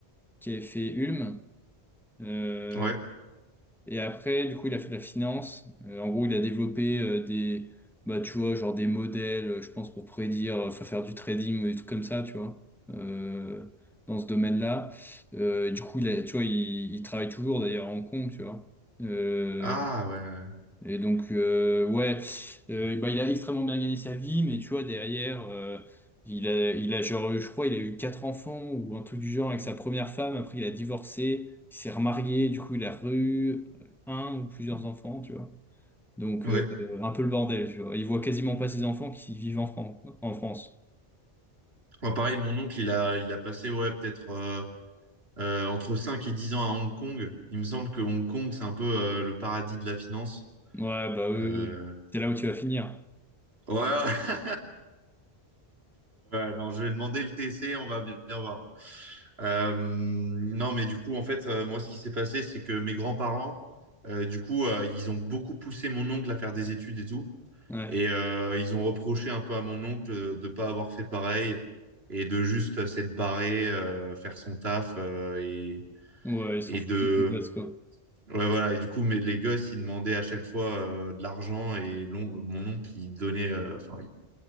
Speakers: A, in the centre; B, on the right (about 70°).
A: qui avait fait Ulm. euh,
B: Ouais.
A: Et après, du coup, il a fait de la finance. Euh, en gros, il a développé euh, des, bah, tu vois, genre des modèles, euh, je pense, pour prédire, euh, enfin, faire du trading ou des trucs comme ça, tu vois, euh, dans ce domaine-là. Euh, du coup, il a, tu vois, il, il travaille toujours d'ailleurs à Hong Kong, tu vois. Euh,
B: Ah ouais.
A: et donc, euh, ouais, euh, bah, il a extrêmement bien gagné sa vie, mais tu vois, derrière, euh, il a, il a, genre, je crois, il a eu quatre enfants ou un truc du genre avec sa première femme. Après, il a divorcé, il s'est remarié, du coup, il a eu un ou plusieurs enfants, tu vois. Donc,
B: Ouais.
A: euh,
B: Ouais.
A: un peu le bordel, tu vois. Il voit quasiment pas ses enfants qui vivent en France, en France.
B: Moi, pareil, mon oncle, il a, il a passé ouais, peut-être euh, euh, entre 5 et 10 ans à Hong Kong. Il me semble que Hong Kong, c'est un peu euh, le paradis de la finance.
A: Ouais, bah, eux,
B: Euh,
A: c'est là où tu vas finir.
B: Ouais, ouais, <laughs> Ouais, non, je vais demander le TC, on va bien voir. Euh, non, mais du coup, en fait, euh, moi, ce qui s'est passé, c'est que mes grands-parents, euh, du coup, euh, ils ont beaucoup poussé mon oncle à faire des études et tout.
A: Ouais,
B: Et euh, ils ont reproché un peu à mon oncle euh, de pas avoir fait pareil et de juste euh, s'être barré, euh, faire son taf euh, et,
A: ouais, ils sont
B: et
A: foutus
B: de...
A: de tes gosses, quoi.
B: Ouais, voilà. Et du coup, mais les gosses, ils demandaient à chaque fois euh, de l'argent et l'on- mon oncle, il donnait... euh, Enfin,